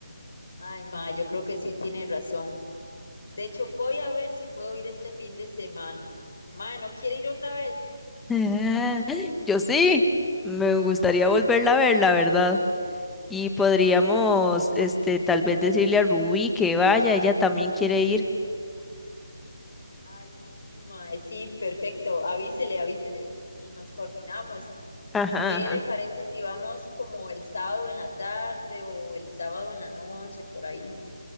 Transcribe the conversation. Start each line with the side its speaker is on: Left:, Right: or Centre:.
Left: Ay, mae, yo creo que sí tiene razón. De hecho, voy a ver si puedo ir este fin de semana. Mae, ¿no quiere ir otra vez?
Centre: <laughs> Yo sí, me gustaría volverla a ver, la verdad. Y podríamos, este, tal vez decirle a Ruby que vaya, ella también quiere ir.
Left: Ay, sí, sí, mae, sí, perfecto. Avísele, avísele y nos coordinamos.
Centre: Ajá,
Left: ¿Qué
Centre: ajá.
Left: le parece si vamos como el sábado en la tarde o el sábado en la noche, por ahí?